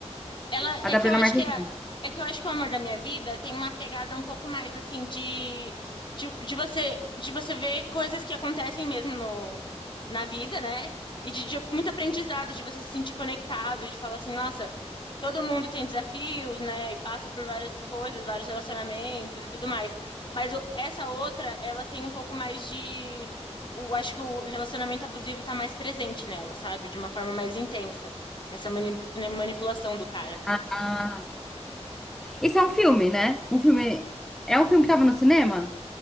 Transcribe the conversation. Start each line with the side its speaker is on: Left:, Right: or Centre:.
Left: Ela
Centre: a
Left: é
Centre: da
Left: que
Centre: Bruna
Left: eu acho
Centre: Marquezine.
Left: que a- é que eu acho que o amor da minha vida tem uma pegada um pouco mais assim de de, de você de você ver coisas que acontecem mesmo no na vida, né? E de, de muito aprendizado, de você se sentir conectado, de falar assim, nossa, todo mundo tem desafios, né? E passa por várias coisas, vários relacionamentos e tudo mais. Mas o- essa outra, ela tem um pouco mais de o acho que o relacionamento abusivo tá mais presente nela, sabe? De uma forma mais intensa essa manipu- né, manipulação do cara.
Centre: Ah, ah. Esse é um filme, né? Um filme. É um filme que tava no cinema?